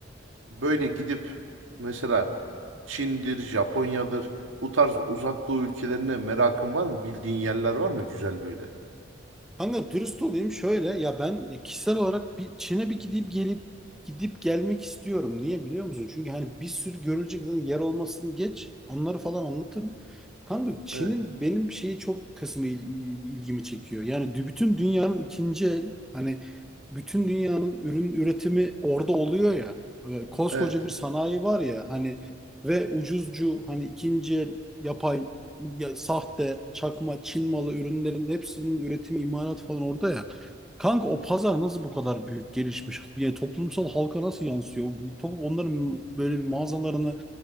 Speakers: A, on the right; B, in the centre.
A: böyle gidip mesela Çin'dir, Japonya'dır bu tarz uzak doğu ülkelerine merakın var mı? Bildiğin yerler var mı güzel böyle?
B: Kanka dürüst olayım şöyle ya ben kişisel olarak bir Çin'e bir gidip gelip gidip gelmek istiyorum. Niye biliyor musun? Çünkü hani bir sürü görülecek zaten yer olmasını geç onları falan anlatırım. Kanka Çin'in
A: Evet,
B: benim şeyi çok kısmı il- il- ilgimi çekiyor. Yani dü- bütün dünyanın ikinci el hani bütün dünyanın ürün üretimi orada oluyor ya. Ve koskoca
A: evet.
B: bir sanayi var ya hani ve ucuzcu hani ikinci el yapay ya, sahte, çakma, Çin malı ürünlerin hepsinin üretimi, imalat falan orada ya. Kanka o pazar nasıl bu kadar büyük gelişmiş? Yani toplumsal halka nasıl yansıyor? Toplum onların böyle bir mağazalarını,